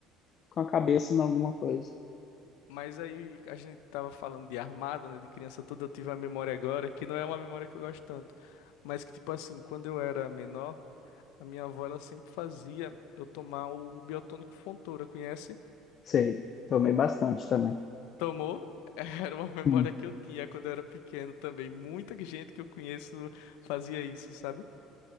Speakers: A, on the left; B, on the left.
A: com a cabeça em alguma coisa.
B: Mas aí a gente tava falando de armada, né, de criança toda, eu tive uma memória agora que não é uma memória que eu gosto tanto, mas que tipo assim, quando eu era menor, a minha avó ela sempre fazia eu tomar o biotônico Fontoura, conhece?
A: Sei, tomei bastante também.
B: Tomou? <laughs> Era uma memória
A: Hum.
B: que eu tinha quando eu era pequeno também. Muita gente que eu conheço fazia isso, sabe?